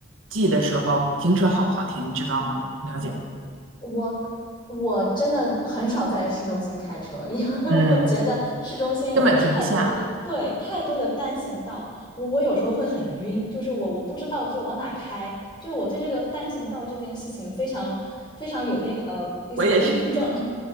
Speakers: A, on the right; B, on the left.
A: 季的时候，停车好不好停，你知道吗？你了解吗？
B: 我我真的很少在市中心开车，因为
A: 嗯，
B: <laughs> 我觉得市中心有太多的，
A: 根本停不下。
B: 对，太多的单行道，我我有时候会很晕，就是我我不知道就往哪开，就是我对这个单行道这件事情非常非常有那个那些恐惧症。
A: 我也是。